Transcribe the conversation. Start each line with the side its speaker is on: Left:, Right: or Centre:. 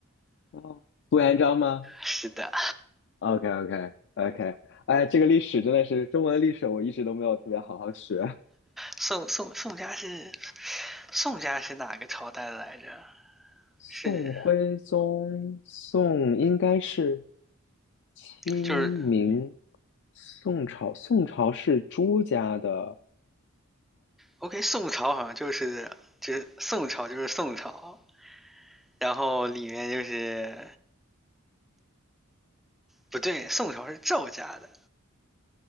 Left: 哦，朱元璋吗
Centre: 是的，
Left: ？OK OK OK，哎，这个历史真的是中文历史，我一直都没有特别好好学。
Centre: 宋宋宋家是宋家是哪个朝代来着？
Left: 宋徽宗，
Centre: 是
Left: 宋应该是清明，
Centre: 就是
Left: 宋朝，宋朝是朱家的。
Centre: OK，宋朝好像就是就是宋朝就是宋朝，然后里面就是不对，宋朝是赵家的，